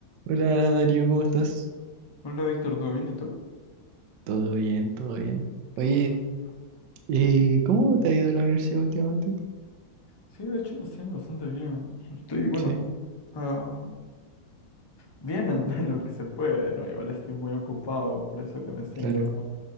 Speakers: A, on the right; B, on the left.
A: Hola Darío, ¿cómo estás?
B: Hola Víctor, ¿todo bien? ¿Y tú?
A: Todo bien, todo bien.
B: Qué
A: Oye,
B: bueno. qué bueno.
A: eh, ¿cómo te ha ido en la universidad últimamente?
B: Sí, de hecho me está yendo bastante bien. <laughs> Estoy, bueno,
A: Sí,
B: ah, bien en, <laughs> en lo que se puede, ¿no? Igual estoy muy ocupado, por eso que me está
A: claro.
B: yendo bien.